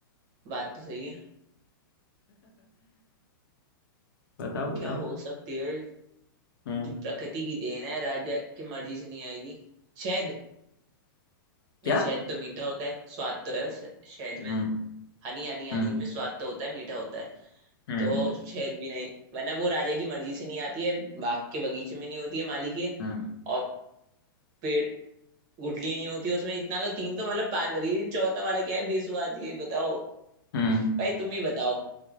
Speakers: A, on the right; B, on the left.
A: बात तो सही है
B: बताओ बताओ
A: क्या हो सकती है
B: हम्म
A: जो प्रकृति की देन है राजा की मर्जी से नहीं आएगी शहद
B: क्या
A: नहीं शहद तो मीठा होता है स्वाद तो है उस- शहद में
B: हम्म
A: हनी हनी हनी
B: हम्म
A: में स्वाद तो होता है मीठा होता है
B: हम्म
A: तो शहद भी नहीं वरना वो राजा की मर्जी से नहीं आती है बाग के बगीचे में नहीं होती है माली के
B: हम्म
A: और पेड़ गुठली नहीं होती उसमें इतना तो तीन तो मतलब पार करी चौथा वाला क्या है बेसुआद ये बताओ
B: हम्म
A: भाई तुम ही बताओ